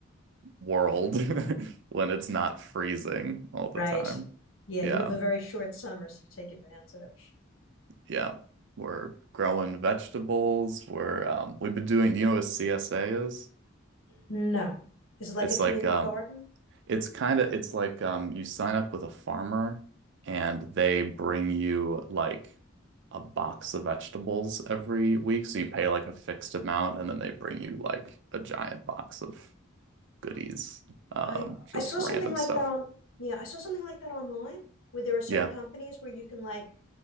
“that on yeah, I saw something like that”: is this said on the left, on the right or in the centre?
Left